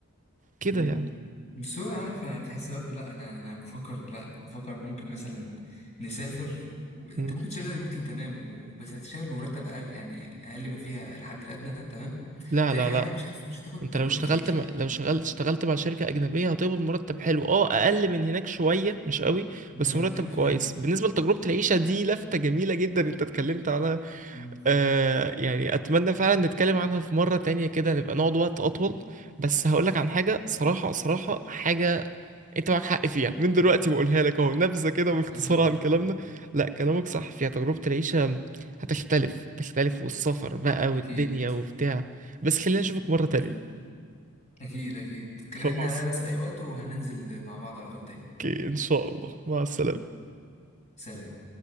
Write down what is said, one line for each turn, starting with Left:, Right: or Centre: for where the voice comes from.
Right: كده
Left: مم.
Right: يعني
Left: بس هو عارف يعني بتحس برضه لا انا انا بفكر لا بفكر ممكن مثلا نسافر و... انت
Right: مم.
Left: ممكن تشتغل ريموتلي تمام و- بس هتشتغل بمرتب اقل يعني اقل ما فيها الحد الادنى تمام
Right: لا
Left: تاني
Right: لا
Left: حاجه
Right: لا
Left: مش هت... مش هتاخد
Right: انت
Left: تجربه
Right: لو اشتغلت
Left: العيشه
Right: مع... لو شغلت اشتغلت مع شركة أجنبية هتقبض مرتب حلو اه أقل من هناك شوية مش قوي
Left: ما
Right: بس
Left: انا
Right: مرتب
Left: بتكلم
Right: كويس
Left: في كده
Right: بالنسبة لتجربة العيشة دي لفتة جميلة جدا انت اتكلمت عنها
Left: مم.
Right: آه يعني اتمنى فعلا نتكلم عنها في مرة تانية كده نبقى نقعد وقت اطول بس هقولك عن حاجة صراحة صراحة حاجة انت معاك حق فيها من دلوقتي بقولها لك اهو نبذة كده باختصار
Left: اه
Right: عن كلامنا لا كلامك صح فيها تجربة العيشة هتختلف هتختلف والسفر بقى والدنيا
Left: اكيد
Right: وبتاع بس خلينا اشوفك مرة تانية
Left: اكيد اكيد اكيد رن
Right: خلاص
Left: عليا بس في اي وقت وهننزل مع بعض على طول تاني
Right: اوكي ان شاء الله مع السلامة
Left: سلام